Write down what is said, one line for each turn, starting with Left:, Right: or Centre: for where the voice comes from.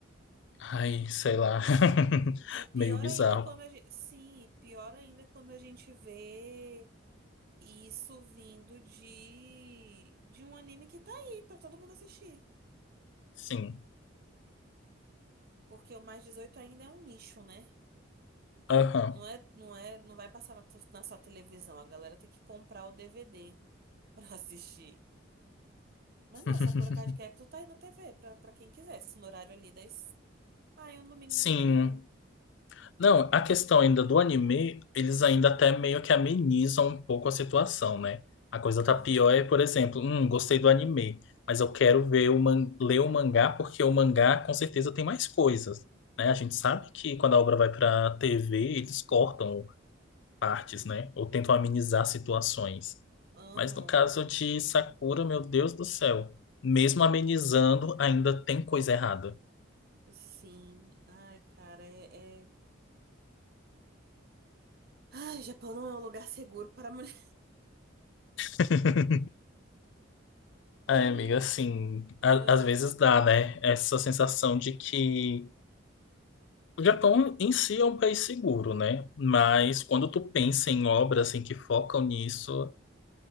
Left: Ai, sei lá. <laughs>
Right: E pior
Left: Meio bizarro.
Right: ainda é quando a gente. Sim, e pior ainda é quando a gente vê isso vindo de, de um anime que tá aí pra todo mundo assistir.
Left: Sim.
Right: Porque o mais 18 ainda é um nicho, né?
Left: Aham.
Right: Não é, não é, não vai passar na, na sua televisão. A galera tem que comprar o DVD pra assistir. Mas não,
Left: <laughs>
Right: Sakura Card Captor tá aí na TV pra, pra quem quisesse, no horário ali das. Ai, um domingo
Left: Sim.
Right: de manhã.
Left: Não, a questão ainda do anime, eles ainda até meio que amenizam um pouco a situação, né? A coisa
Right: Aham,
Left: tá pior é, por exemplo, hum, gostei do anime, mas eu quero ver o man ler o mangá porque o mangá com certeza tem mais coisas, né? A gente sabe que quando a obra vai pra TV, eles cortam partes, né? Ou tentam amenizar situações.
Right: aham.
Left: Mas no caso de Sakura, meu Deus do céu, mesmo amenizando, ainda tem coisa errada.
Right: Sim. Ai, cara, é, é- Ai, Japão não é um lugar seguro para mulher.
Left: <laughs> Ai,
Right: <laughs>
Left: amiga, assim, a-
Right: Ai.
Left: às vezes dá, né? Essa sensação de que o Japão em si é um país seguro, né? Mas quando tu pensa em obras assim que focam nisso,